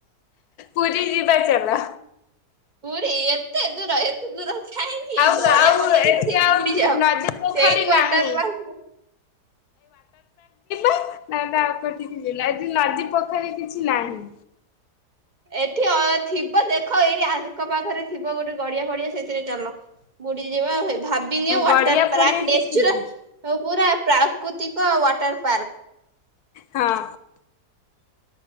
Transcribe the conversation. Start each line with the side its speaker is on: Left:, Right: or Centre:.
Left: ପୁରୀ ଯିିବା ଚାଲ।
Right: ପୁରୀ ଏ ଏତେ ଦୂର ଏତେ ଦୂର କାହିଁକି
Left: ଆଉ
Right: ଗଡିଆ
Left: ଆଉ
Right: ପଡିଆ ଥିବ
Left: ଏଠି
Right: ସେଇଠି
Left: ଆଉ
Right: ବୁଡିଯାଅ
Left: ନଦୀ ପୋଖରୀ
Right: ସେଇଠୁ ବାରଟା
Left: ନାହିଁ।
Right: ରୁ ଆସୁ
Left: <inaudible> ନାଇଁ ଆଉଠିକି ଯିବୁ ନା ଆଜି ନ ପୋଖରୀ କିଛି ନାହିଁ।
Right: ଏଠି ଥିବ ଦେଖ ଏଇଠି ଆଖ ପାଖରେ ଥିବ ଗୋଟେ ଗଡିଆ ଫଡିଆ ସେଥିରେ ଚାଲ ବୁଡିଯିବା ଆଉ ହେ ଭାବିନିଅ ୱାଟର
Left: ଗଡିଆ
Right: ପ୍ରାକ
Left: ଫଡିଆ
Right: ନେଚୁରାଲ
Left: କିଛି ନାହିଁ
Right: ପୁରା ପ୍ରା କୋ <unintelligible> ୱାଟର ପାର୍କ।
Left: ହଁ।